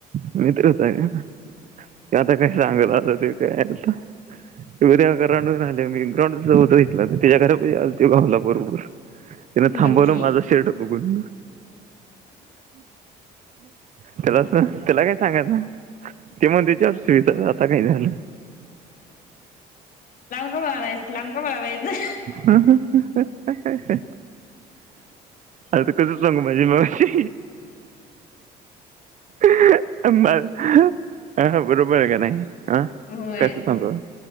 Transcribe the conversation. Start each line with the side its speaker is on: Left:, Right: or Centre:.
Right: मित्रचय ते आता काय सांगलं आता ते काय ग्राउंड आल्या मी ग्राउंड घेतलं तर त्याच्या घरात आ त भावूला गोड भरपूर तिन थांबवलं
Left: बघ की
Right: माझा शर्ट, बघून त्याला अस त्याला काय? <unintelligible> म्हंदच्याार <unintelligible> शता आता काय झालं?
Left: बलायचंका बलायचं <unintelligible>
Right: हं हं हं आता कस सांगू माझी मावशी हं आब <unintelligible> आ बरोबर आहे का नाय? हा
Left: होय.
Right: कस सांगवत